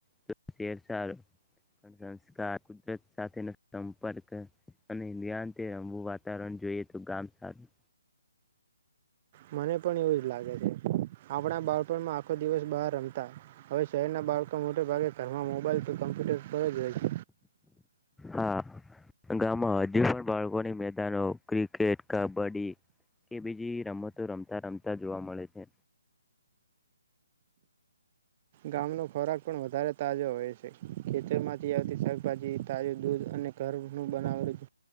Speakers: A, in the centre; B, on the right.
A: તો શહેર સારું સંસ્કાર કુદરત સાથે સંપર્ક અને રમવું વાતાવરણ જોઈએ તો ગામ સારું
B: મને પણ એવું જ લાગે છે આપણા બાળપણમાં આખો દિવસ બહાર રમતા હવે શહેરના બાળકો મોટેભાગે ઘરમાં મોબાઈલ કે કમ્પ્યુટર પર જ રહેય છે
A: હા ગામમાં હજુ પણ બાળકોની મેદાનો ક્રિકેટ કબડ્ડી કે બીજી રમતો રમતા રમતા જોવા મળે છે,
B: ગામનો ખોરાક પણ વધારે તાજો હોય છે, ખેતર માંથી આવતી શાકભાજી તાજું દૂધ અને ઘર નું બનાવેલુ